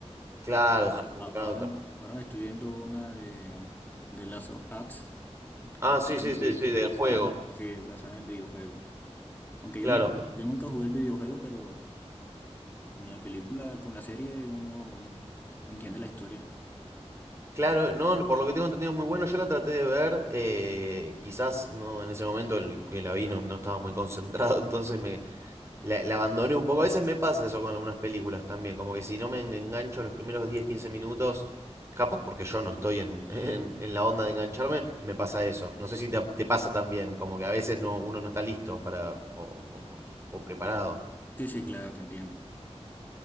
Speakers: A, on the right; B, on the left.
A: claro,
B: A- a- Ahora,
A: Dragon también.
B: ahora me estoy viendo una de, de Last of Us basada
A: Ah, sí,
B: en
A: sí, sí,
B: el
A: sí,
B: basada-
A: del juego,
B: sí, basada en el videojuego. Aunque
A: claro
B: yo nunca, yo nunca jugué el videojuego, pero con la película, con la serie uno entiende la historia.
A: Claro, no, por lo que tengo entendido es muy bueno. Yo la traté de ver, eh, quizás no en ese momento en el que la vi no, no estaba muy concentrado, <laughs> entonces me la, la abandoné un poco. A veces me pasa eso con algunas películas también, como que si no me en- engancho los primeros 10 15 minutos, capaz porque yo no estoy en, <laughs> en- en la onda de engancharme, me pasa eso. No sé si te, te pasa también, como que a veces no, uno no está listo para, o o- o preparado.
B: Sí, sí, claro, te entiendo.